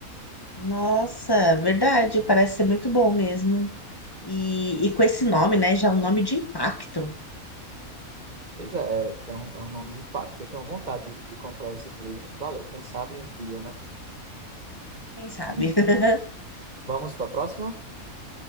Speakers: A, on the left (about 15°); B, on the right (about 35°).
A: Nossa, verdade, parece ser muito bom mesmo. E, e com esse nome, né? Já é um nome de impacto.
B: Pois é, é, tem um, é um nome de impacto. Eu tenho vontade de, de comprar esses livros para ler. Quem sabe um dia, né?
A: Quem sabe?
B: <laughs>
A: <laughs>
B: Vamos para a próxima?